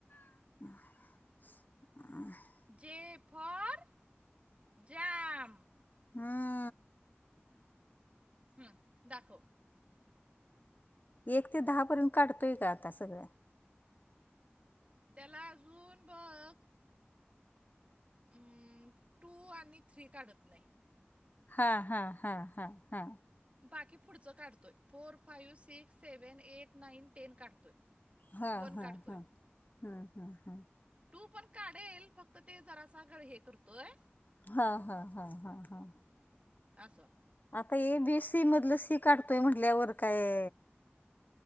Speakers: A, on the left (about 45°); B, on the right (about 30°).
A: <inaudible>
B: जे फॉर जाम.
A: हम्म.
B: हं दाखवं.
A: एक ते दहा पर्यंत काढतोय का आत्ता सगळं?
B: त्याला अजून बघ हं टु आणि थ्री काढत नाही.
A: हा हा हा हा हा.
B: बाकी पुढचं काढतोय. Four, five, six, seven, eight, nine, ten काढतोय.
A: हा
B: वन
A: हा
B: काढतोय
A: हा हा हा हा.
B: टु पण काढेल फक्त जरासं अगं हे करतोय
A: हा हा हा हा.
B: असं.
A: आत्ता ए बी सी मधलं सी काढतोय म्हंटल्यावर काय